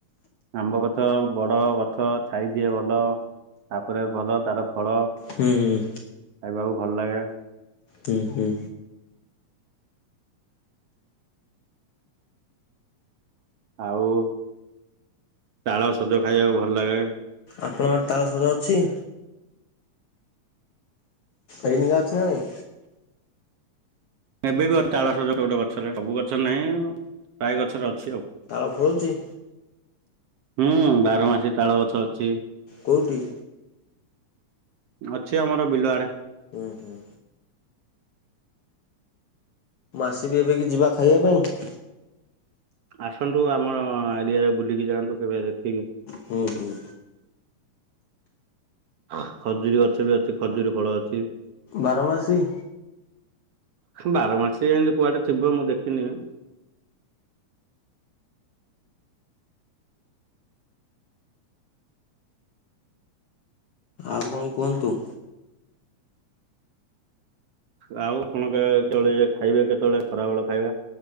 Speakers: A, on the right; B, on the left.
A: ଆମ୍ବ ଗଛ ବଡ ଗଛ ଛାଇଦିଏ ଭଲ। ତାପରେ ଭଲ ତାର ଫଳ
B: ହୁଁ ହୁଁ।
A: ଖାଇବାକୁ ଭଲ ଲାଗେ।
B: ହୁଁ ହୁଁ।
A: ଆଉ ତାଳ ସଜ ଖାଇବାକୁ ଭଲ ଲାଗେ।
B: ଆପଣଙ୍କ ଗାଁ ରେ ତାଳସଜ ଅଛି? ଏଇ ନିିକା ଅଛି ନା ନାଇଁ?
A: ଏବେ ବି ଅଛି ତାଳସଯ ଗୋଟେ ଗୋଟେ ଗଛରେ ସବୁ ଗଛ ନାହିଁ ପ୍ରାୟ ଗଛରେ ଅଛି ଆଉ।
B: ତାଳ ଫଳୁଚି?
A: ହୁଁ ବାର ମାସି ତାଳ ଗଛ ଅଛି।
B: କୋଉଠି?
A: ଅଛି ଆମର ବିଲଆଡେ।
B: ଉଁହୁଁ। ମୁଁ ଆସିବି ଏବେକି ଯିବା ଖାଇବା ପାଇଁ?
A: ଆସନ୍ତୁ ଆମର ଏରିଆରେ ବୁଲିକି ଯାଆନ୍ତୁ କେବେ ଦେଖିକି।
B: ହୁଁ ହୁଁ।
A: ହଁ ଖଜୁରୀ ଗଛ ବି ଅଛି ଖଜୁରୀ ଫଳ ଅଛି।
B: ବାରମାସୀ?
A: ବାର ମାସି ଏମତି କୁଆଡେ ଥିବ ମୁଁ ଦେଖିନି।
B: ଆଉ କଣ କୁହନ୍ତୁ?
A: ଆଉ ଆପଣ କେ କେତବେଳେ ଖାଇବେ କେତେବେଳେ ଖରାବେଳ ଖାଇବା?